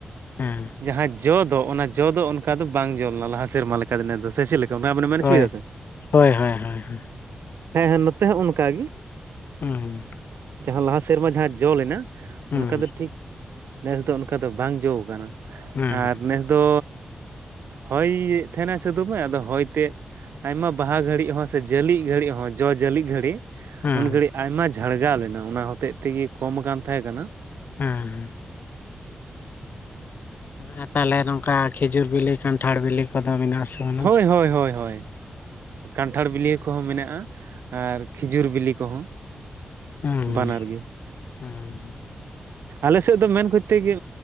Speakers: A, on the left; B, on the right.
A: ᱦᱮᱸ
B: ᱡᱟᱦᱟᱸ ᱡᱚ ᱫᱚ ᱚᱱᱟ ᱡᱚ ᱫᱚ ᱚᱱᱠᱟ ᱫᱚ ᱵᱟᱝ ᱡᱚ ᱞᱮᱱᱟ ᱞᱟᱦᱟ ᱥᱮᱨᱢᱟ ᱞᱮᱠᱟ ᱫᱚ᱾ ᱥᱮᱪᱮᱫ ᱞᱮᱠᱟ? <unintelligible> ᱢᱮᱱ ᱦᱚᱪᱚᱭ
A: ᱦᱳᱭ
B: ᱫᱟ ᱥᱮ
A: ᱦᱳᱭ ᱦᱳᱭ ᱦᱳᱭ ᱦᱩᱸ
B: ᱦᱮᱸ ᱦᱮᱸ ᱱᱚᱛᱮ ᱦᱚᱸ ᱚᱱᱠᱟ ᱜᱮ
A: ᱦᱩᱸ
B: ᱡᱟᱦᱟᱸ ᱞᱟᱦᱟ ᱥᱮᱨᱢᱟ ᱡᱟᱦᱟᱸ ᱡᱚ ᱞᱮᱱᱟ
A: ᱦᱩᱸ
B: ᱚᱱᱠᱟ ᱫᱚ ᱴᱷᱤᱠ ᱱᱮᱥ ᱫᱚ ᱚᱱᱠᱟ ᱫᱚ ᱵᱟᱝ ᱡᱚ ᱟᱠᱟᱱᱟ᱾
A: ᱦᱮᱸ
B: ᱟᱨ ᱱᱮᱥ ᱫᱚ ᱦᱚᱭᱮᱫ ᱛᱟᱦᱮᱱᱟᱭ ᱥᱮ ᱫᱚᱢᱮ ᱟᱫᱚ ᱦᱚᱭ ᱛᱮ ᱟᱭᱢᱟ ᱵᱟᱦᱟ ᱜᱷᱟᱹᱲᱤᱡ ᱦᱚᱸ ᱥᱮ ᱡᱟᱹᱞᱤᱜ ᱜᱷᱟᱹᱲᱤᱡ ᱦᱚᱸ ᱡᱚ ᱡᱟᱹᱞᱤᱜ ᱜᱷᱟᱹᱲᱤᱡ
A: ᱦᱮᱸ
B: ᱩᱱ ᱜᱷᱟᱹᱲᱤᱡ ᱟᱭᱢᱟ ᱡᱷᱟᱲᱜᱟᱣ ᱞᱮᱱᱟ ᱚᱱᱟ ᱦᱚᱛᱮᱡ ᱛᱮᱜᱮ ᱠᱚᱢ ᱟᱠᱟᱱ ᱛᱟᱦᱮᱸ ᱠᱟᱱᱟ
A: ᱦᱩᱸ ᱟᱨ ᱛᱟᱦᱚᱞᱮ ᱱᱚᱝᱠᱟ ᱠᱷᱮᱡᱩᱨ ᱵᱤᱞᱤ ᱠᱟᱱᱴᱷᱟᱲ ᱵᱤᱞᱤ ᱠᱚᱫᱚ ᱢᱮᱱᱟᱜ ᱟᱥᱮ? ᱵᱟᱹᱱᱩᱜ
B: ᱦᱳᱭ ᱦᱳᱭ ᱦᱳᱭ ᱦᱳᱭ ᱠᱟᱱᱴᱷᱟᱲ ᱵᱤᱞᱤ ᱠᱚᱦᱚᱸ ᱢᱮᱱᱟᱜᱼᱟ ᱟᱨ ᱠᱷᱤᱡᱩᱨ ᱵᱤᱞᱤ ᱠᱚᱦᱚᱸ
A: ᱦᱩᱸ
B: ᱵᱟᱱᱟᱨ ᱜᱮ
A: ᱦᱩᱸ
B: ᱟᱞᱮ ᱥᱮᱫ ᱫᱚ ᱢᱮᱱ ᱠᱚᱡᱛᱮ ᱜᱮ